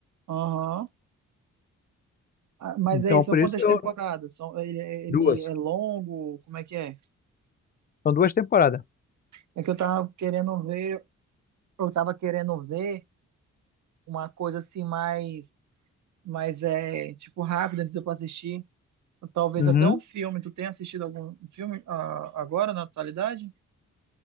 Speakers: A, on the right; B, on the left.
A: Aham. Ah, Mas
B: Então,
A: aí, são
B: por
A: quantas
B: isso que eu.
A: temporadas? São, ele, ele
B: Duas.
A: é longo? Como é que é?
B: São duas temporadas.
A: É que eu tava querendo ver, eu tava querendo ver uma coisa assim mais, mais é, tipo rápida antes de eu assistir. Talvez
B: Uhum.
A: até um filme. Tu tem assistido algum filme ah, agora na atualidade?